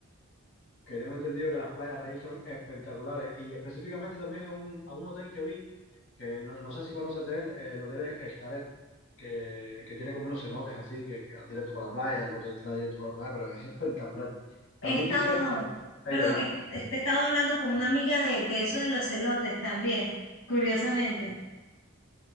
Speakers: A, on the left; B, on the left.
A: que tengo entendido que las playas de ahí son espectaculares y específicamente también a un, a un hotel que vi, que no, no sé si conoces de él, eh, el hotel Escaret, que, que tiene como unos cenotes así que, que dan directo para la playa, el hotel da directo para la playa, pero es espectacular. También
B: He estado,
A: quisiera
B: perdón,
A: ir ahí,
B: he, he estado hablando con una amiga de, de eso de los celotes también, curiosamente.